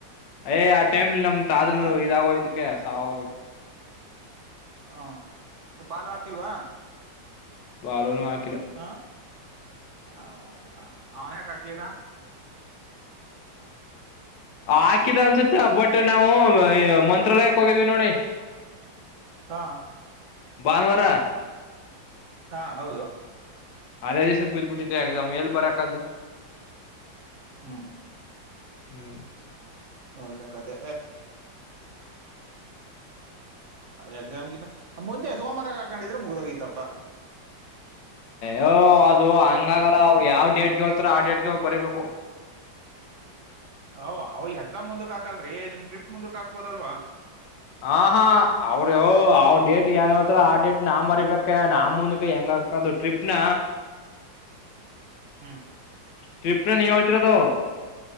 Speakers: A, on the left; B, on the right.
A: ಎ ಟೈಮ್ ನಮ್ ತಾತದು ಆದೊಂದು
B: ಆ
A: ಇದಾಗೋಯ್ತು ಕಸಾವಯತು
B: ಹಾ ಬಾಲ್ವಾಕಿಲ್ವಾ
A: ಬಾಲನು ಆಕ
B: ಹ ಹದ ಅವನ್ ಯಕ ಹಕ್ಲಿಲ್ಲ
A: ಆ ಹಾಕಿದ ಅನ್ಸುತ್ತ ಬಟ್ ನಾವು ಮಂತ್ರಾಲಯಕ್ಕೆ ಹೋಗಿದ್ವಿ ನೋಡಿ
B: ಹಾ
A: ಭಾನುವಾರ
B: ಹಾ ಹೌದು
A: ಅದೇ ದಿವಸಕ್ಕೆ ಬಿದ್ಬಿಟ್ಟಿದ್ದೆ ಎಕ್ಸಾಮ್ ಎಲ್ಲಿ ಬರಕದ್ದು
B: ಹ್ಮ ಹಾ
A: ಹ್ಮ್
B: ಒಳ್ಳಳ್ಳೆ ಕತೆ ಎಕ್ಸಾಮ್ಗ ಮುಂದೆ ಸೋಮವಾರ ಹಾಕೊಂಡಿದ್ರೆ ಮುಗ್ದೋಗಿತಪ್ಪ
A: ಅದು ಓ ಅದು
B: ನ
A: ಹಂಗಾಗಲ್ಲ ಅವ್ರು ಯಾವ ಯಾವ ಡೇಟ್ ಗೆ ಹೇಳತಾರೋ ಅದೇ ಡೇಟ್ ಗೆ ಹೋಗಿ ಬರಿಬೇಕು
B: ಹಓ್ ಅವ ಎಕ್ಸಾಮ್ ಮುಂದಕ್ಕೆ ಹಾಕಲ್ರರಿ ನಿಮ್ ಟ್ರಿಪ್ ಮುಂದಕ್ಕೆಕ್ ಹಾಕ್ಬೋದಲ್ವಾ
A: ಹ ಹಾ ಅವ್ರ ಅವ್ ಡೇಟ್ ಯಏನ್ ಹೇಳ್ತಾರ ಆ ಡೇಟ್ ನಾ ಬರಿಬೇಕ ನಾಮ ಮುಂದಕ್ಕೆ ಹೆಂಗಕದು ಟ್ರಿಪ್ನ
B: ಹ್ಮ್
A: ಟ್ರಿಪ್ನ ನೀ ಒಳತಿರ ತ